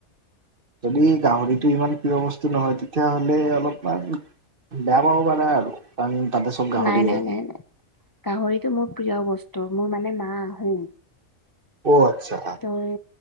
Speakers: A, on the right; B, on the left.
A: যদি গাহৰিটো ইমান প্ৰিয় বস্তু নহয়, তেতিয়াহ'লে অলপমান বেয়া পাব পাৰা আৰু। কাৰণ তাতে চব গাহৰিয়ে
B: নাই নাই নাই নাই, গাহৰিটো মোৰ প্ৰিয় বস্তু মোৰ মানে আহোম।
A: অ', আচ্ছা।
B: তই